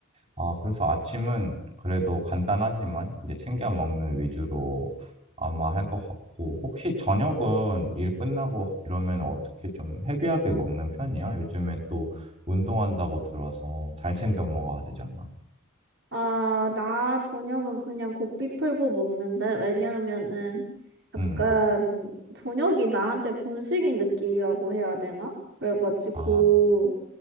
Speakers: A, on the right (about 30°); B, on the right (about 55°).
A: 아, 그래서 아침은 그래도 간단하지만 이제 챙겨 먹는 위주로 아마 할 것 같고, 혹시 저녁은 일 끝나고 이러면 어떻게 좀 헤비하게 먹는 편이야? 요즘에 또 운동한다고 들어서 잘 챙겨 먹어야 되잖아.
B: 아, 나 저녁은 그냥 고삐 풀고 먹는데 왜냐하면은 약간
A: 음.
B: 저녁이 나한테 본식인 느낌이라고 해야 되나? 그래가지고
A: 아,